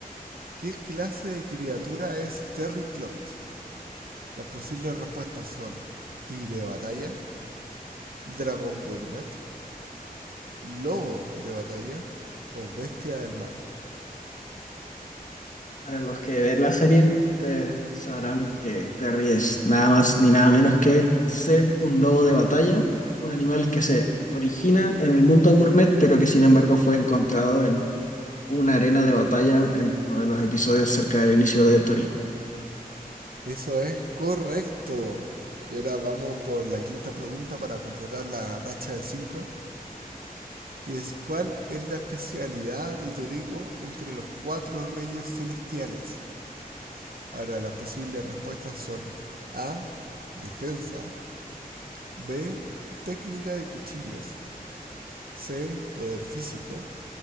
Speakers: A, on the right; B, on the left.
A: ¿Qué clase de criatura es Terry Cloud? Las posibles respuestas son tigre de batalla, dragón gourmet, lobo de batalla o bestia del mar.
B: Para los que ven la serie, ustedes sabrán que Terry es nada más ni nada menos que C, un lobo de batalla, un animal que se origina en el mundo gourmet, pero que sin embargo fue encontrado en una arena de batalla en uno de los episodios cerca del inicio de Toriko.
A: Eso es correcto. Y ahora vamos por la quinta pregunta para completar la racha de cinco, que es ¿cuál es la especialidad de Toriko entre los cuatro reyes celestiales? Ahora las posibles respuestas son A, defensa, B, técnica de cuchillos, C, poder físico